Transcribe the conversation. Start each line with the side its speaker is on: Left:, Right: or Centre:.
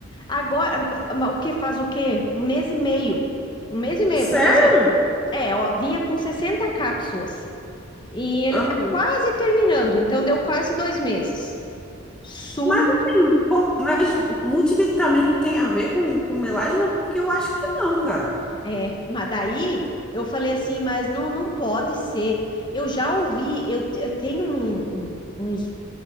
Left: Agora, mas o que faz o quê? Um mês e meio. Um mês e meio,
Centre: Sério?
Left: porque assim, ó, é, ó, vinha com 60 cápsulas. E ele
Centre: Aham.
Left: tá quase terminando, então deu quase dois meses. Sumi.
Centre: Mas assim, com, mas multivitamínico tem a ver com, com melasma? Porque eu acho que não, cara.
Left: É, mas daí eu falei assim, mas não, não pode ser. Eu já ouvi, eu, te- eu tenho um- um- uns